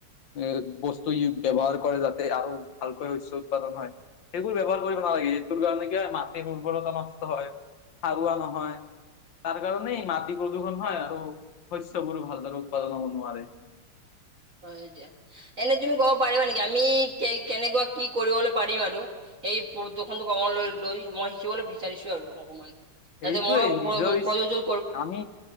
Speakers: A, on the left (about 65°); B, on the right (about 40°).
A: এ বস্তু ব্যৱহাৰ কৰে যাতে আৰু ভালকৈ শস্য উৎপাদন হয় সেইবোৰ ব্যৱহ কৰিব নালাগে সেইটোৰ কাৰণে কি মা উৰ্বৰতা নষ্ট হয় সাৰুৱা নহয় ত কাৰণেই মাটি প্ৰদূষণ হয় আৰু শস্যৰো ভালদৰে উৎপাদন হ'ব নোৱাৰে।
B: হয় এতিয়া এনেই তুমি কব পাৰিবা নেকি আমি কে কেনেকুৱা কি কৰিবলৈ পাৰিম। আৰু সেই প্ৰদূষন কাৰণে লৈ লৈ মই শিকিবলৈ বিচাৰিছো আৰু অকমান তাতে
A: সেইটোৱে
B: ময়
A: নিজৰ ইচ-
B: প্ৰয়োজন
A: আমি